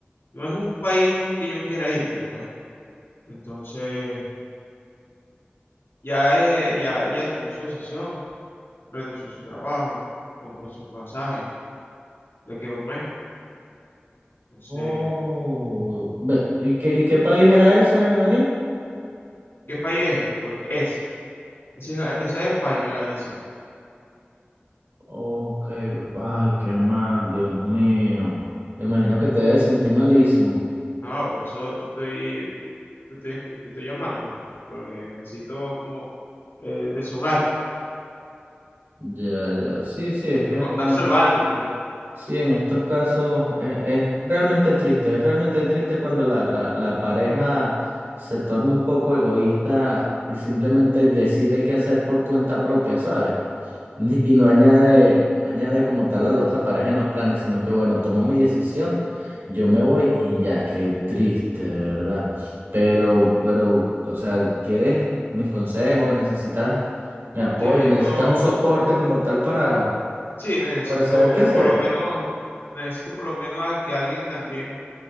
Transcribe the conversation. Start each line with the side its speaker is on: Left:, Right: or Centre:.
Left: no es un país que yo quiera irme, pues. Entonces, ya, eh, ya ella tomó su decisión, renunció a su trabajo, compró su pasaje, le quedó un mes. Entonces,
Right: Oh, ve- ¿y qué, y qué país era ese, Daniel?
Left: ¿qué país es? Porque es. Ese es Ga- ese es España, Galicia.
Right: Ok, ay, qué mal, Dios mío. Me imagino que te debes sentir malísimo.
Left: No, por eso te estoy, te estoy, esqui- te estoy llamando, porque necesito como eh, deshogar,
Right: Ya, ya, sí, sí, es
Left: necesito
Right: que
Left: contárselo
Right: eh,
Left: a alguien, pues.
Right: sí, en estos casos eh, es realmente triste, es realmente triste cuando la, la, la pareja se torna un poco egoísta y simplemente decide qué hacer por cuenta propia, ¿sabes? Ni- Y no añade, no añade como tal a la otra pareja en los planes, sino que bueno, tomo mi decisión, yo me voy y ya, qué triste, de verdad. Pero,
Left: Sí,
Right: pero, o sea, ¿quieres mis consejos? ¿Necesitas mi apoyo?
Left: sí, necesito,
Right: ¿Necesitas un soporte como tal para,
Left: sí, necesito
Right: para saber qué hacer?
Left: por lo menos, necesito por lo menos a que alguien también